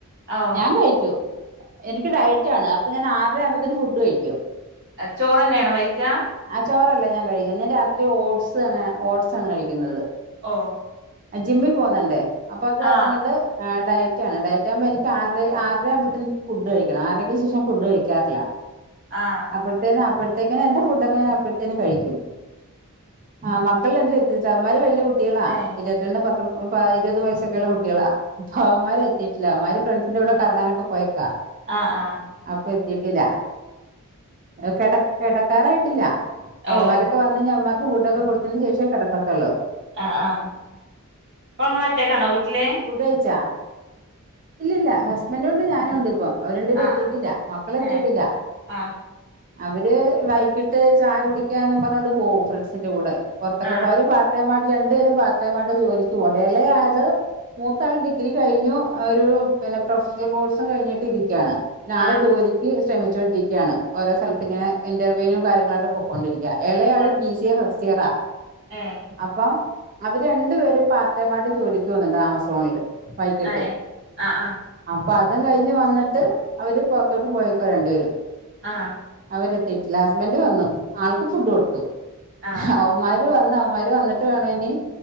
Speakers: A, on the right (about 55°); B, on the right (about 40°).
A: ഓ
B: ഞാൻ കൈച്ചു എനിക്ക് ഡയറ്റ് ആണ് അപ്പ ഞാൻ ആർര ആകുമ്പതേന് ഫുഡ് കൈക്കും
A: ചോറന്നെ ആണോ കൈക്ക
B: ആ ചോറല്ല ഞാൻ കഴിക്കുന്നെ ഞാൻ രാത്രി ഓട്സ് അങ്ങനെ ഓട്സ് ആണ് കഴിക്കുന്നത്
A: ഓ
B: അ ജിമ്മി പോന്നണ്ടേ അപ്പൊ അത്
A: ആ
B: കാര്ണം കൊണ്ട് ആ ഡയറ്റാണ് ഡയറ്റാഉമ്പോ എനിക്ക് ആർ ആർരാകുമ്പത്ത ഫുഡ് കഴിക്കണം ആർരക് ശേഷം ഫുഡ് കഴിക്കാറില്ല
A: ആഹ്
B: അപ്പഴ്ത്തേനും അപ്പഴ്ത്തേക്കിനും എന്റെ ഫുഡൊക്കെ ഞാൻ അപ്പഴ്ത്തേനു കൈക്കും ആ മക്കള് രണ്ടു എത്തി അവമ്മാര് വെല്യ കുട്ടികളാ
A: ഏ
B: രണ്ടും പത്തും പ ഇരുപതും വയസ്സൊക്കെയുള്ള കുട്ടികളാ അപ്പൊ അവമ്മാര് എത്തിട്ടില്ല അവമാര് ഫ്രണ്ട്സ് ഇവരിവിടെ കറങ്ങാനൊക്കെ പോയേക്കാ
A: ആഹ് ആഹ്
B: അപ്പൊ എതീട്ടില്ല എ കെടക് കെടക്കാരായിട്ടില്ല അവമ്മാര്
A: ഓ
B: വന്നിനി അവമാർക്ക് ഫുഡൊക്കെ കൊടുത്തിന് ശേഷ കെടക്കതൊള്ളൂ.
A: ആഹ് ആഹ് അപ്പങ്ങള് ഒറ്റേക്കാണോ വീട്ടിലെ
B: ഫുഡ് കൈച്ചാ ഇല്ലില്ല ഹസ്ബന്റ് ഉണ്ട് ഞാനും ഉണ്ട് ഇപ്പം അവരുരണ്ടു പേരും
A: ആ
B: എത്തിട്ടില്ല
A: ആ
B: മക്കളെത്തിട്ടില്ല
A: ഏ ആ
B: അവര് വൈകിട്ട് ചായ കുടിക്കന്ന് പറഞ്ഞോണ്ട് പോവും ഫ്രണ്ട്സിന്റെ കൂടെ പൊറത്തൊക്കെ
A: ആ
B: പോ അവര് പ ർട്ട് ടൈം ആട് രണ്ട് പേരും പാർ ടൈമായിട്ട് ജോലിക്ക് പോകേണ്ട എളേ ആള് മൂത്താള് ഡിഗ്രി കൈഞ്ഞു ഒരു പിന്നെ പ്രെഷ്ണൽ കോഴ്സും കഴിഞ്ഞിട്ട് ഇരിക്കാണ് ആൾ
A: ആ
B: ജോലിക്ക് ശ്രമിചോണ്ടിക്കയാണ് ഓരോ സ്ഥലത്ത് ഇങ്ങനെ ഇന്റർവ്യൂനും കാര്യങ്ങളും ആയിട്ട് പോ കൊണ്ടിരിക്ക എളെയാള്
A: ആ
B: ബി സി എ ഫസ്റ്റിയറ
A: ഏ
B: അപ്പം അവര് രണ്ടു പേരും പാർട്ട് ടൈം ആയിട്ട് ജോലിക്ക് പോകുന്നുണ്ട് ആമസോണില് വൈകിട്ട്
A: ഏ ആ ആ
B: അപ്പം അതും കൈഞ്ഞ് വന്നിട്ട് അവര് പൊറ്ത്തോട്ട് പോയേക്കുവ രണ്ട്പേരും
A: ആഹ്
B: അവരെത്തിട്ടില്ല ഹസ്ബന്റ് വന്നു ആൾക്ക് ഫുഡ് കൊടുത്തു
A: ആ
B: അവമ്മാര് വന്ന് അവമ്മാര് ഇവര് വന്നിട്ട് വേണ ഇനി